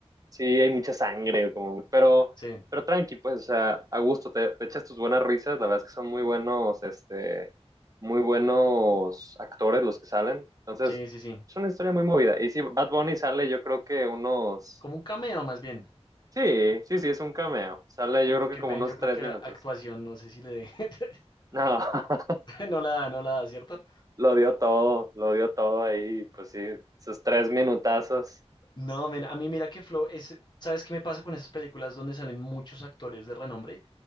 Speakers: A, on the right; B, on the left.
A: Sí, hay mucha sangre, como, pero,
B: sí,
A: pero tranqui, pues, o sea, a gusto, te, te echas tus buenas risas, la verdad es que son muy buenos, este, muy buenos actores los que salen, entonces,
B: sí, sí, sí.
A: es una historia muy movida, y sí, Bad Bunny sale yo creo que unos,
B: Como un cameo más bien.
A: sí, sí, sí, es un cameo, sale yo
B: Porque
A: creo que
B: el
A: como
B: men
A: unos
B: yo creo
A: tres
B: que
A: minutos,
B: a- actuación, no sé si le dé, <laughs>
A: no, <laughs>
B: no la da, no la da, ¿cierto?
A: lo dio todo, lo dio todo ahí, pues sí, sus tres minutazos,
B: No, men, a mí mira que Flow es, ¿sabes qué me pasa con esas películas donde salen muchos actores de renombre